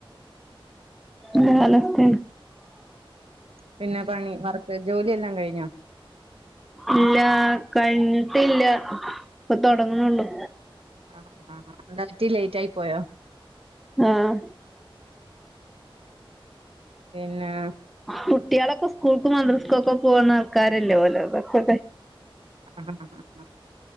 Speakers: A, in the centre; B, on the right (about 85°).
A: നല്ല കാലാവസ്ഥാണ്
B: പിന്നെ പണി വർക്ക് ജോലിയെല്ലാ കഴിഞ്ഞോ
A: ഇല്ല കഴിഞ്ഞിട്ടില്ല ഇപ്പൊ തൊടങ്ങണുള്ളു
B: ആഹ് ആഹ് എന്ത പറ്റി ലേറ്റ് ആയി പോയോ
A: ആഹ്
B: പിന്നാ
A: കുട്ട്യോളൊക്കെ സ്കൂൾക്കും മദ്രസ്കും ഒക്കെ പോന്ന ആൾക്കാരല്ലേ ഓലൊക്കെ
B: ആഹ് ആഹ്